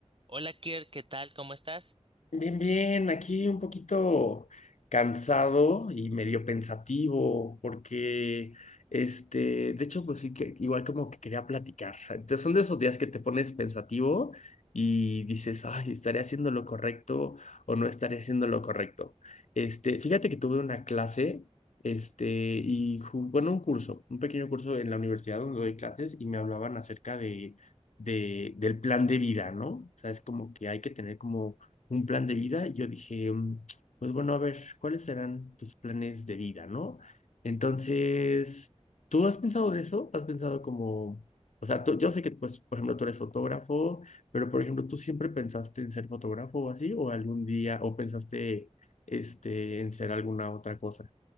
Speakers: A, on the right; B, on the left.
A: Hola Kier, ¿qué tal? ¿Cómo estás?
B: Bien, bien, aquí un poquito cansado y medio pensativo, porque este, de hecho, pues sí que igual como que quería platicar. Entonces, son de esos días que te pones pensativo y dices, ay, ¿estaré haciendo lo correcto o no estaré haciendo lo correcto? Este, fíjate que tuve una clase, este, y ju- bueno, un curso, un pequeño curso en la universidad donde doy clases y me hablaban acerca de de, del plan de vida, ¿no? O sea, es como que hay que tener como un plan de vida, y yo dije, mm, pues bueno, a ver, ¿cuáles serán tus planes de vida, no? Entonces, ¿tú has pensado en eso? ¿Has pensado como, o sea, tú- yo sé que, pues, por ejemplo, tú eres fotógrafo, pero, por ejemplo, ¿tú siempre pensaste en ser fotógrafo o así? ¿O algún día, o pensaste, este, en ser alguna otra cosa?